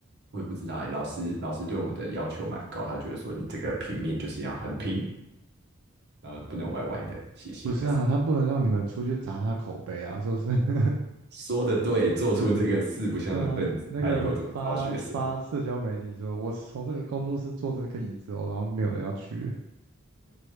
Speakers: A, on the right; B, on the right.
A: 我也不知道哎，老师老师对我们的要求蛮高，他觉得说你这个平面就是要很平，然后不能歪歪的、斜斜的什么的。
B: 不是啊，他不能让你们出去砸他口碑啊，是不是？<laughs>
A: 说的对，做出这个四不像的凳子，
B: 对啊，那个发发社交媒体说，
A: 他以后怎么招学生？
B: 我是从这个工作室做这个椅子哦，然后没有人要去，